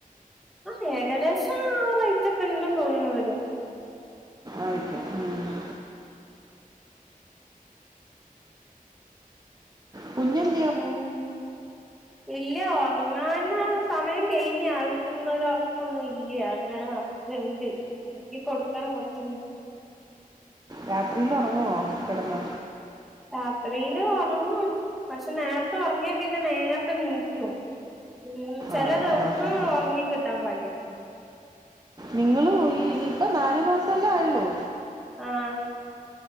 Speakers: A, in the centre; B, on the right.
A: ആ ഏകദേസ ആ റൈറ്റൊക്കെണ്ട് തോന്നണവടെം.
B: ആയിക്കെ ഉം. പുഞൽ.
A: ഉം. ഇല്ല ഒറങ്ങാന സമയം കെയ്ഞ്ഞ ആൾക്ക്ന്നൊരൊർക്കൊന്നു ഇല്ല്യ ങ്ങന നട് ക്ക്ണ്ട് ർക്കി കൊട്ക്കണം കൊർച്ച
B: രാത്രിയിലൊറങ്ങുവോ കെടന്ന്?
A: രാത്രിയില് ഒറങ്ങും പക്ഷെ നേർത്തെ ഒർങ്ങിയാങ്ങന്നെ നേർത്തെ നീക്ക്യും. ഉം ചെല
B: ആണോ
A: ദിവ്സം
B: ആ ഹാ ഹാ
A: ഒർങ്ങിക്കിട്ടാം പണ്യന്ന്.
B: നിങ്ങളു ഈ ഇപ്പ നാലു മാസല്ലായൊള്ളൂ.
A: ആഹ്.